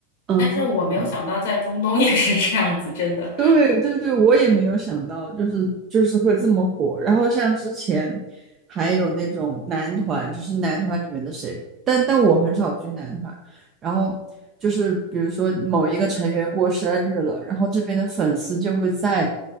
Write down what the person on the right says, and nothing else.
嗯，
对对对，我也没有想到，就是就是会这么火。然后像之前还有那种男团，就是男团里面的谁，但但我很少追男团。然后就是比如说某一个成员过生日了，然后这边的粉丝就会在